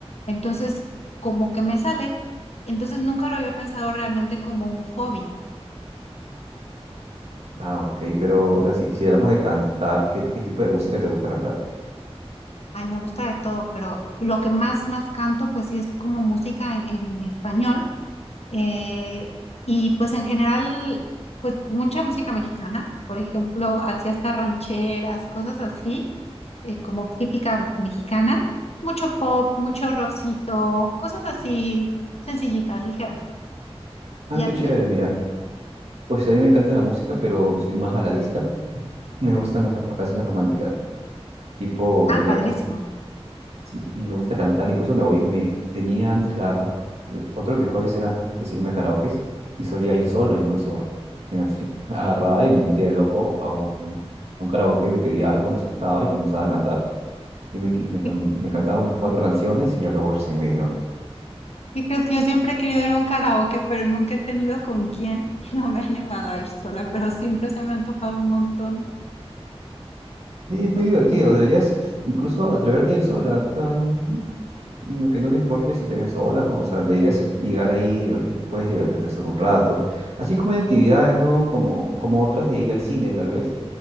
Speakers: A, on the left; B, on the right.
A: Entonces, como que me sale. Entonces, nunca lo había pensado realmente como un hobby.
B: Ah, ok, pero o sea, si, si hablamos de cantar, ¿qué, qué tipo de música te gusta cantar?
A: Ay, me gusta de todo, pero lo que más, más canto, pues sí es como música en, en español. Eh, y pues en general, pues mucha música mexicana, por ejemplo, hacía hasta rancheras, cosas así, eh, como típica mexicana, mucho pop, mucho rockcito, cosas así sencillitas, ligeras.
B: Ah,
A: ¿Y
B: qué
A: a ti?
B: chévere, mira. Pues a mí me encanta la música, pero soy más baladista. <laughs> Me gustan las las canciones románticas tipo,
A: Ah,
B: digamos,
A: padrísimo.
B: Sí, y me gusta cantar, incluso me voy, me tenía antes la, otro de mis hobbies era antes irme a karaokes y solía ir solo incluso, fíjate, <laughs> agarraba y me metía de loco a un, a un karaoke, me pedía algo, me sentaba y comenzaba a cantar. Y me, qui- me, tom-
A: ¿Qué,
B: me cantaba unas cuatro canciones y ya luego recién me iba.
A: qué crees que yo siempre he querido ir a un karaoke, pero nunca he tenido con quién <laughs> y no me he animado a ir sola, pero siempre se me ha antojado un montón.
B: Y es muy divertido, deberías incluso atreverte a ir sola, o sea, no- que no te importe si te ven sola, ¿no? O sea, la idea es llegar ahí, divertir- puedes divertirte solo un rato. Así como hay actividades, ¿no? Como, como otras de ir al cine, tal vez